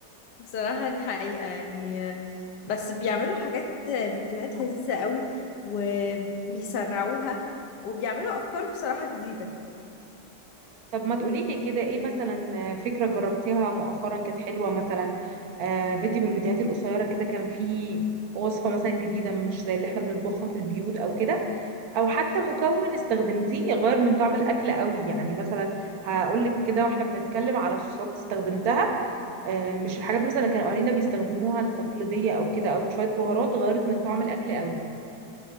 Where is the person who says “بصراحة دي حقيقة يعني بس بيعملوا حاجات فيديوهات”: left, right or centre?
Left